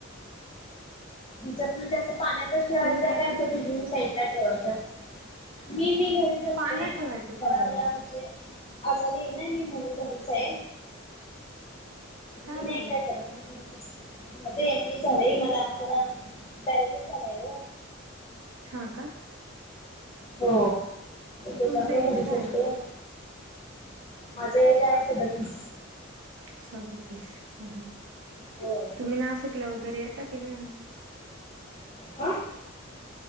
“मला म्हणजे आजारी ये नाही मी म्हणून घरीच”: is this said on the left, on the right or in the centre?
Left